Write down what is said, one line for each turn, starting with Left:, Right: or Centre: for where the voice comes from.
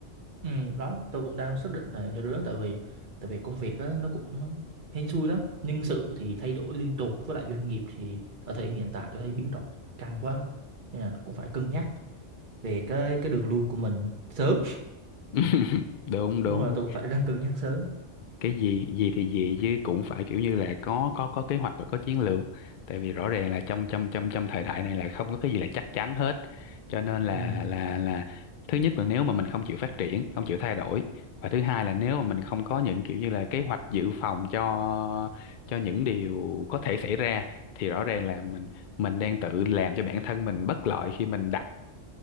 Right: ừ đó tôi cũng đang xác định là như đứa tại vì tại vì công việc á nó cũng hên xui lắm nhân sự thì thay đổi liên tục với lại doanh nghiệp thì ở thời điểm hiện tại tôi thấy biến động căng quá nên là cũng phải cân nhắc về cái cái đường lui của mình sớm
Left: <laughs> <coughs> đúng
Right: đúng
Left: đúng
Right: rồi tôi cũng phải đang cân nhắc sớm
Left: cái gì gì thì gì chứ cũng phải kiểu như là có có có kế hoạch và có chiến lược tại vì rõ ràng là trong trong trong trong thời đại này là không có cái gì là chắc chắn hết cho nên là
Right: Ừ,
Left: là là thứ nhất là nếu mà mình không chịu phát triển không chịu thay đổi và thứ hai là nếu mà mình không có những kiểu như là kế hoạch dự phòng cho cho những điều có thể xảy ra thì rõ ràng là mình mình đang tự làm cho bản thân mình bất lợi khi mình đặt